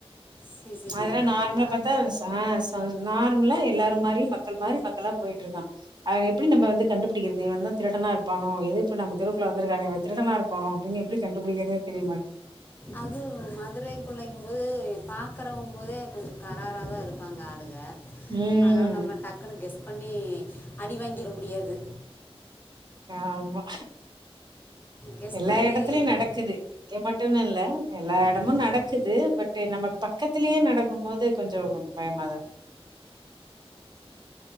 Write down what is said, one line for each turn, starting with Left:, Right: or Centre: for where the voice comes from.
Left: சிசிடிவியில்
Right: அதெல்லா
Left: பார்த்தீங்களா
Right: நார்மல சா ச நார்மலா எல்லாரும் மாறியும் மக்கள் மாறி மக்களா போயிட்டு இருக்கான் அவன் எப்படி நம்ம வந்து கண்டுபிடிக்கிறது இவன் தான் திருடனா இருப்பானோ எது இப்ப நம்ம தெருக்குல வந்தக்கானே இவன் திருடான இருப்பானோ அப்படின் எப்படி கண்டுபிடிகறது தெரியமாட்
Left: அது மதுரைக்கு குள்ளைங்க போது பார்கறம் போதே கொஞ்சம் கரரா தான் இருப்பாங்க ஆளுக
Right: ம்
Left: அதனால நம்ம டக்குன்னு கெஸ் பண்ணி அடி வாங்கிற முடியாது
Right: ஆமா
Left: கெஸ்
Right: எல்லா
Left: பண்ணி
Right: இடத்துலயும்
Left: என்ன
Right: நடக்குது இங்க மட்டுன்னு இல்ல எல்லா இடமும்
Left: ம்,
Right: நடக்குது பட் டு நம்ம பக்கத்திலயே நடக்கும் போது கொஞ்ச பயமாதா